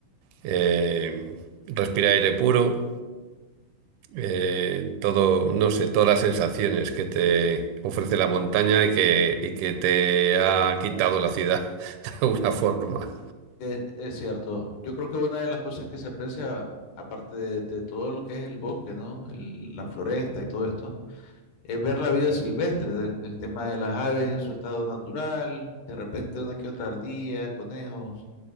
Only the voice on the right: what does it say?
eh, respirar aire puro. eh, todo, no sé, todas las sensaciones que te ofrece la montaña y que, y que te ha quitado la ciudad <laughs> de alguna forma.